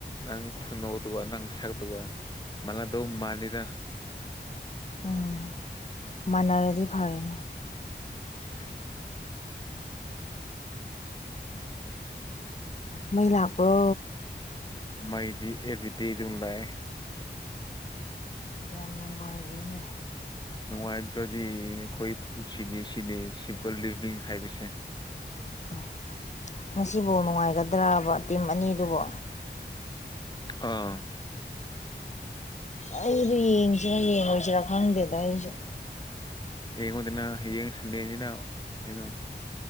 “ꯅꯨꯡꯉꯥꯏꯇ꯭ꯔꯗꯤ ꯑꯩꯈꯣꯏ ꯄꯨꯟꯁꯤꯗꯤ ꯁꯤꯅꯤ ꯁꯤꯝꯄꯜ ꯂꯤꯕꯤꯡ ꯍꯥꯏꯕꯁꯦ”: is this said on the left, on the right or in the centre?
Left